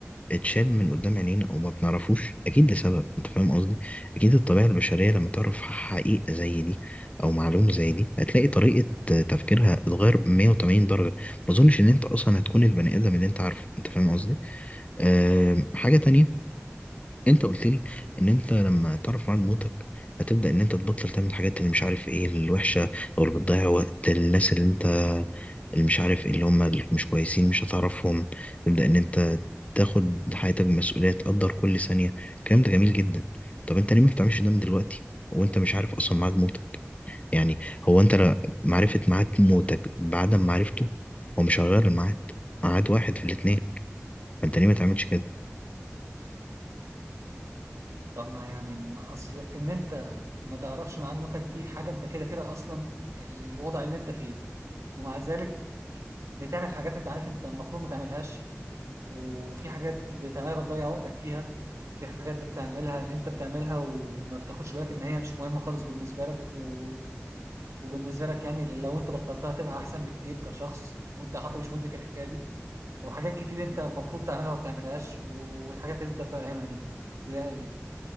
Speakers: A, on the left; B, on the right.
A: اتشال من قدام عينينا وما بنعرفوش اكيد لسبب انت فاهم قصدي اكيد الطبيعه البشريه لما تعرف حقيقه زي دي او معلومه زي دي هتلاقي طريقه تفكيرها اتغير 180 درجه ما اظنش ان انت اصلا هتكون البني ادم اللي انت عارفه انت فاهم قصدي أه حاجه تانية انت قلت لي ان انت لما تعرف ميعاد موتك هتبدا ان انت تبطل تعمل الحاجات اللي مش عارف ايه الوحشه او اللي بتضيع وقت الناس اللي انت اللي مش عارف إيه، اللي هم اللي مش كويسين مش هتعرفهم تبدأ ان انت تاخد حياتك بمسؤولية تقدر كل ثانية الكلام ده جميل جدا طب انت ليه ما بتعملش ده من دلوقتي وانت مش عارف اصلا ميعاد موتك يعني هو انت لا- معرفة ميعاد موتك بعدم معرفته هو مش هيغير الميعاد ميعاد واحد في الاتنين فانت ليه ما تعملش كده
B: طب ما يعني ما اصل ان انت ما تعرفش ميعاد موتك دي حاجه انت كده كده اصلا الوضع اللي انت فيه ومع ذلك بتعمل حاجات انت عارف انت المفروض ما تعملهاش وفي حاجات بتعملها بتضيع وقتك فيها وفي حاجات بتعملها انت بتعملها وما بتاخدش بالك ان هي مش مهمه خالص بالنسبه لك و... وبالنسبه لك يعني لو انت بطلتها تبقى احسن بكتير كشخص وانت حتى مش مدرك الحكايه دي وحاجات كتير انت المفروض تعملها وما بتعملهاش و- والحاجات اللي انت فاهمها دي لا